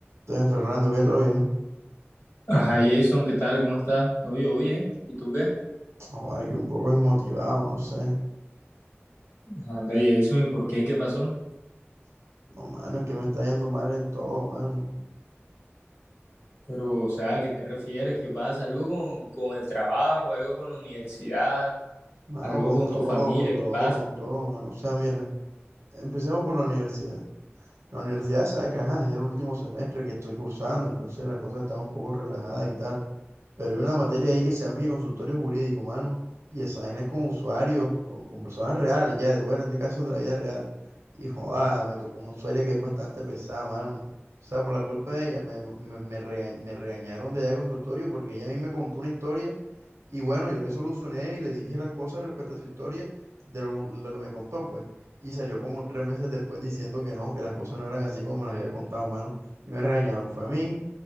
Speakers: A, on the right; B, on the left.
A: Entonces, Fernando, ¿qué? ¿Todo bien?
B: Ajá, Jason, ¿qué tal? ¿Cómo estás? No, yo bien. ¿Y tú qué?
A: Oh, Ay, que un poco desmotivado, no sé.
B: Anda, Jason, ¿y por qué? ¿Qué pasó?
A: No, mano, es que me está yendo mal en todo, mano.
B: Pero, o sea, ¿a qué te refieres? ¿Qué pasa? ¿Algo con, con el trabajo? ¿Algo con la universidad?
A: Mano,
B: ¿Algo
A: con
B: con
A: todo,
B: tu familia?
A: con todo,
B: ¿Qué pasa?
A: con todo, mano. O sea, mira, empecemos por la universidad. La universidad sabe que ajá, es el último semestre que estoy cursando, entonces las cosas están un poco relajadas y tal. Pero hay una materia ahí que se llama que consultorio jurídico, mano. Y esa vaina es con usuarios, con, con personas reales, ya, te toca atender casos de la vida real. Y joda, me tocó una usuaria que es bastante pesada, mano. O sea, por la culpa de ella, me, me, me, rea- me regañaron de allá de consultorio porque ella a mí me contó una historia. Y bueno, yo le solucioné y le dije las cosas respecto a su historia de lo, lo que me contó, pues y salió como tres meses después diciendo que no, que las cosas no eran así como me las había contado, mano. Y me regañaron, fue a mí,